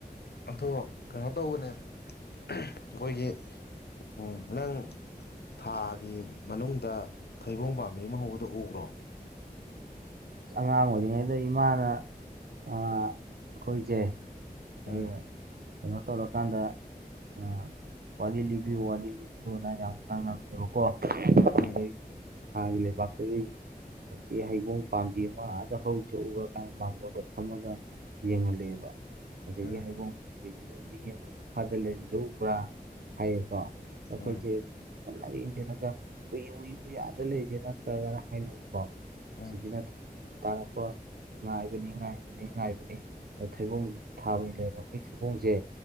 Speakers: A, on the left; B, on the right.
A: ꯑꯗꯣ ꯀꯩꯅꯣ ꯇꯧꯕꯅꯦ ꯑꯩꯈꯣꯏꯒꯤ ꯎꯝ ꯅꯪ ꯊꯥꯒꯤ ꯃꯅꯨꯡꯗ ꯊꯩꯕꯣꯡ ꯄꯥꯝꯕꯤ ꯑꯃ ꯍꯧꯕꯗꯣ ꯎꯕ꯭ꯔꯣ
B: ꯑꯁ ꯑꯉꯥꯡ ꯑꯣꯏꯔꯤꯉꯩꯗ ꯏꯃꯥꯅ ꯑꯥ ꯑꯩꯈꯣꯏꯁꯦ
A: ꯎꯝ
B: ꯑꯩꯩ ꯀꯩꯅꯣ ꯇꯧꯔꯀꯥꯟꯗ ꯑ ꯋꯥꯔꯤ ꯂꯤꯕꯤꯌꯨ ꯋꯥꯔꯤ ꯂꯤꯕꯤꯌꯨꯅ ꯌꯥꯝ ꯉꯥꯡꯉꯝꯃꯦꯕ ꯀꯣ <unintelligible>
A: ꯎꯝ
B: ꯊꯥꯒꯤ ꯂꯩꯕꯥꯛꯇꯒꯤ ꯑꯁꯤꯍꯩꯕꯣꯡ ꯄꯥꯝꯕꯤ ꯃ ꯑꯥꯗ ꯍꯧꯔꯤꯆꯦ ꯎꯕ ꯀꯟ ꯃꯥꯡꯒꯣꯟꯗ ꯐꯝꯃꯒ ꯌꯦꯡꯍꯜꯂꯦꯕ ꯑꯗꯒꯤ
A: ꯎꯝ
B: ꯍꯩꯕꯣꯡ ꯕꯤꯖꯤꯗ ꯃꯤ ꯑꯃ ꯃꯈꯥꯗ ꯂꯩꯖꯦ ꯎꯕ꯭ꯔꯥ ꯍꯥꯏꯌꯦꯀꯣ ꯑꯈꯣꯏꯖꯦ
A: ꯎꯝ
B: ꯂꯩꯏ ꯑꯦꯡꯖꯦꯜꯂꯒ ꯎꯏꯌꯦ ꯎꯏꯌꯦ ꯎꯏꯌꯦ ꯑꯗ ꯂꯩꯖꯦ ꯅꯠꯇ꯭ꯔꯥꯒꯅ ꯍꯥꯏꯔꯒꯀꯣ
A: ꯎꯝ
B: ꯁꯤꯕꯤꯅꯠ ꯇꯔꯛꯄ ꯉꯥꯏꯕꯅꯦ ꯉꯥꯏꯕꯅꯦ ꯉꯥꯏꯕꯅꯦ ꯑ ꯊꯩꯕꯣꯡꯖꯤꯖꯨ ꯊꯥꯎꯒꯤ ꯂꯩꯕꯛꯀꯤ ꯊꯩꯕꯣꯡꯖꯦ